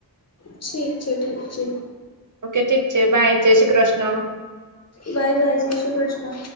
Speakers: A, on the left; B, on the right.
A: ઠીક છે ઠીક છે.
B: ઓકે ઠીક છે બાય જય શ્રી કૃષ્ણ
A: બાય બાય જય શ્રી કૃષ્ણ